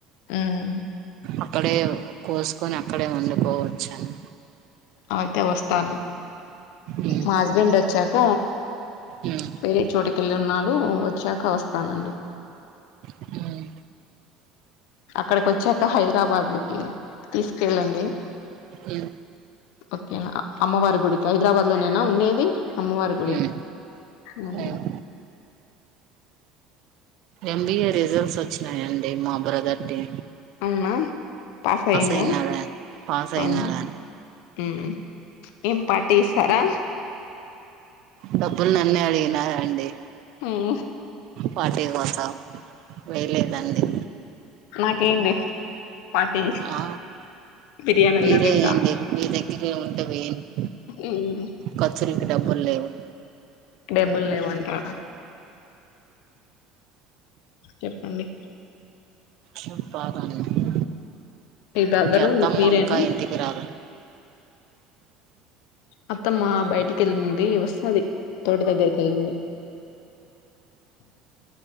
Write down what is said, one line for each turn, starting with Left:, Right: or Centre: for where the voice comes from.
Left: ఉమ్
Right: అక్కడే కోసుకొని అక్కడే వండుకోవచ్చు అని
Left: అయితే వస్తా
Right: ఉమ్
Left: మా హస్బెండ్ ఒచ్చాక
Right: ఉమ్
Left: వేరే చోటుకెళ్లి ఉన్నాడు వచ్చాక వస్తానండి
Right: ఉమ్
Left: అక్కడికి ఒచ్చాక హైదరాబాద్కి తీసుకెళ్ళండి
Right: ఉమ్
Left: ఓకేనా అమ్మవారి గుడికి హైదరాబాద్ లోనేనా ఉండేది అమ్మవారి గుడి
Right: ఉమ్
Left: ఉహు
Right: ఉమ్ ఎంబీఏ రిజల్ట్స్ వచ్చినాయండి మా బ్రదర్ది
Left: అవునా పాస్ అయిండా
Right: అయినాడా పాస్ అయినాడా
Left: అవును
Right: అని
Left: మ్ ఏం పార్టి ఇస్తారా
Right: డబ్బులు నిన్నే అడిగిన అండి
Left: ఉమ్ హ
Right: పార్టి కోసాం వేయలేదండి
Left: నాకేంటి పార్టీ
Right: ఆ
Left: బిర్యానీ
Right: మీరే
Left: అన్న తింటా
Right: ఎయండి మీ దగ్గర ఉంటే వేయండి
Left: ఉమ్
Right: ఖర్చులకి డబ్బులు లేవు
Left: డబ్బులు లేవంటార చెప్పండి
Right: ప్పగానే
Left: బ్రదరు
Right: మీ అత్తమ్మ
Left: మీరేనా
Right: ఇంకా ఇంటికి రాద
Left: అత్తమ్మ బయటికి వెళ్ళింది వస్తది తోట దగ్గరికి ఎళ్ళింది